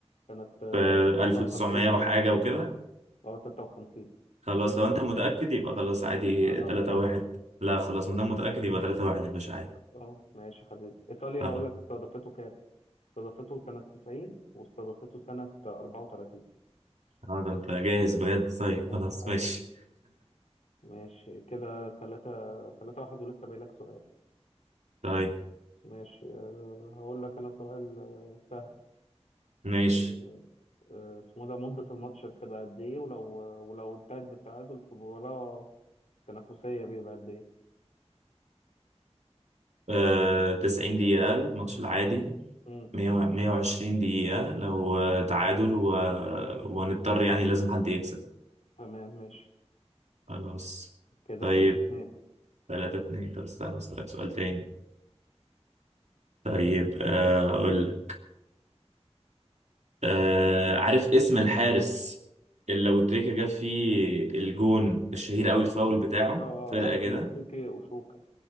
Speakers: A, on the left (about 85°); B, on the right (about 85°).
A: كانت آه،
B: في
A: 56
B: 1900
A: أظن
B: وحاجة وكده
A: أه 56
B: خلاص لو انت متأكد يبقى خلاص عادي
A: آه لا
B: 3
A: متأكد
B: 1 لا خلاص مادام متأكد يبقى 3 1 يا باشا عادي
A: أه ماشي حبيبي إيطاليا
B: خلاص
A: هقول لك استضافته كام استضافته سنة 90 واستضافته سنة 34
B: اه ده انت جاهز بجد طيب
A: <laughs>
B: خلاص
A: حبيبي
B: ماشي
A: ماشي كده 3 3 1 ولسه باقي لك سؤال
B: طيب
A: ماشي آه، هقول لك انا سؤال آه، سهل
B: ماشي
A: آه، آه، اسمه ده مدة الماتش بتبقى قد ايه ولو ولو انتهت بالتعادل في مباراة تنافسية بيبقى قد ايه
B: آه 90 دقيقة الماتش العادي
A: امم
B: 100 و- 120 دقيقة لو آه، تعادل و... وهنضطر يعني لازم حد يكسب
A: تمام ماشي
B: خلاص
A: كده
B: طيب
A: 3 2
B: 3 2 طب استنى اسألك سؤال تاني طيب آه، اقول آه عارف اسم الحارس اللي لو تريكا جاب فيه الجون الشهير قوي الفاول بتاعه
A: اه
B: فرقة
A: اه حارس
B: كده
A: المكسيكي اوشوكا